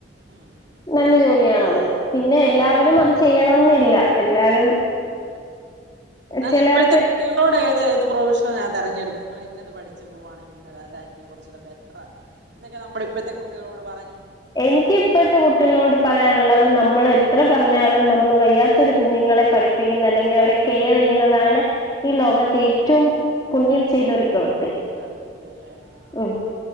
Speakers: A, on the right; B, on the left.
A: ഉം ഉം ഉം
B: നല്ല ജോലിയാണത്. പിന്നെ
A: ആഹ്
B: എല്ലാവരും അത് ചെയ്യണംന്നില്ല എല്ലാരും. <inaudible>
A: എന്നാൽ
B: ചിലർക്ക്
A: ഇപ്പോഴത്തെ കുട്ടികളോട് ഏത് ഏത് പ്രൊവിഷനലാ തെരഞ്ഞെടുക്കുന്നത് നിങ്ങൾ ഇന്നത് പഠിച്ച്പോവുകവാങ്കിൽ. അതായിരിക്കും കുറച്ചൂടെ ബെറ്റർ എന്നൊക്കെ നമ്മുടെ ഇപ്പഴത്തെ കുട്ടികളോട് പറ.
B: എനിക്ക് ഇപ്പോഴത്തെ കു ട്ടികളോട് പറയാനുള്ളത് നമ്മൾ എത്ര പറഞ്ഞാലും നമ്മൾ വയ്യാത്തൊരു കുഞ്ഞുങ്ങളെ പഠിപ്പി പ്പിക്കുന്നത് അല്ലെങ്കിൽ അവരെ കെയർ ചെയ്യുന്നതാണ്. ഈ ലോകത്ത് ഏറ്റവും പുണ്യം ചെയ്ത ഒരു പ്രവൃത്തി.
A: പ്രവൃത്തിയല്ലേ ആഹ്. ആഹ്
B: ഉംഹ്